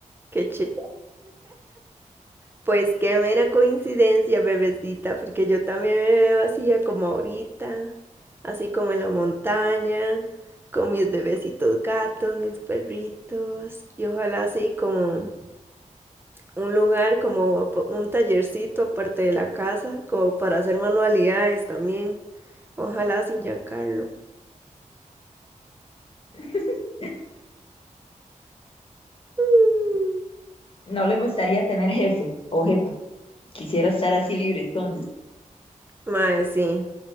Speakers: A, on the right; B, on the left.
A: Qué chido. Pues qué mera coincidencia, bebecita, porque yo también me veo así a como ahorita, así como en la montaña, con mis bebecitos gatos, mis perritos, y ojalá así como un lugar, como ap- un tallercito aparte de la casa, como para hacer manualidades también. Ojalá sin Giancarlo.
B: <laughs>
A: Mm.
B: No le gustaría tener jefe o jefa. Quisiera estar así libre entonces.
A: Mae, sí,